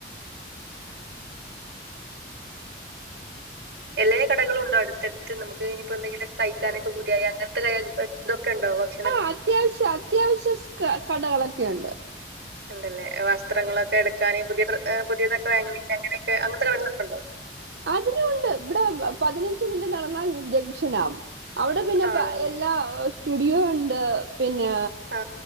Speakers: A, on the right; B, on the right.
A: എല്ലേ കടകളു ണ്ടോ അടുത്തടുത്ത് നമുക്ക് ഇനിപ്പോ എന്തെങ്കിലും കയിക്കാനൊക്കെ പൂതിയായ അങ്ങനത്തെ ഇതൊക്കെ ഇണ്ടോ ഭക്ഷ്
B: ആഹ് അത്യാവശ്യ അത്യാവശ്യ കടകളക്കെയൊണ്ട്
A: ഉണ്ടല്ലേ വസ്ത്രങ്ങളൊക്കെ എടുക്കാന് പുതിയ പുതിയതൊക്കെ വേങ്ങണെങ്കി അങ്ങനെയൊക്കെ അങ്ങനത്തെ കടകളൊക്കെണ്ടോ
B: അതിനുവോണ്ട് ഇവടെ പതിനഞ്ച് മിനിറ്റ് നടന്നാ ജംഗ്ഷനാ അവടെ പിന്നെ
A: ആണല്ലേ
B: എല്ലാ സ്റ്റുഡിയോ ഒണ്ട് ഏഹ് പിന്നെ
A: ആ